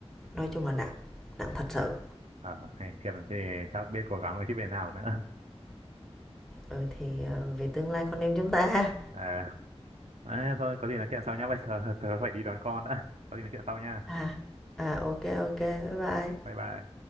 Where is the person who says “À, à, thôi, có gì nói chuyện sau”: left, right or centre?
Right